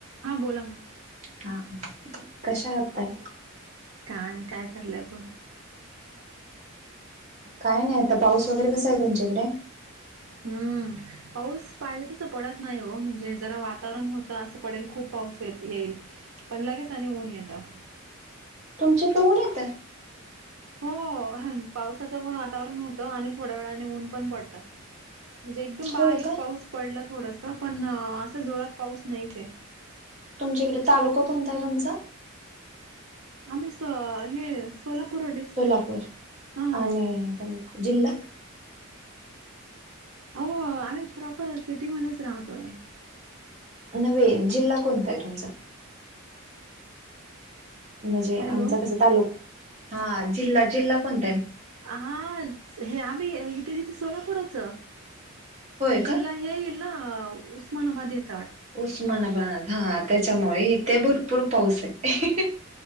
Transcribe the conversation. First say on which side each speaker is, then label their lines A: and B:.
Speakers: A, on the right (about 75°); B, on the right (about 35°).
A: हां बोला ना
B: हा कश्या आहात ताई?
A: ह आणि काय चाललंय बोला.
B: काय नाही आता पाऊस वगैरे कसा आहे तुमच्या इकडे?
A: हम्म पाऊस पाहिजे तस पडत नाही हो म्हणजे जरा वातावरण होत असं पडेल खूप पाऊस येईल पण लगेच आणि ऊन येता.
B: तुमचे क ऊन येत?
A: हो पावसाचं पण वातावरण होतं आणि थोड्या वेळाने ऊन पण पडत. म्हणजे एकदम बारीक
B: होय का?
A: पाऊस पडला थोडस पण असं जोरात पाऊस नाहीच आहे.
B: तुमच्याकडे तालुका कोणता आहे तुमचा?
A: आम्ही स हे सोलापूर डिस्ट्रिक.
B: सोलापूर
A: हा
B: आणि तालुका जिल्हा.
A: अ आम्ही प्रॉपर सिटीमध्ये राहतोय
B: न् जिल्हा कोणता आहे तुमचा म्हणजे
A: हॅलो
B: आमच कस तालुक हा जिल्हा जिल्हा कोण
A: हा हे आम्ही इथे तिथे सोलापूरच
B: होय का?
A: जिल ह हेल उस्मानाबाद येत
B: उस्मानाबाद हा त्याच्यामुळे इथे भरपूर पाऊस आहे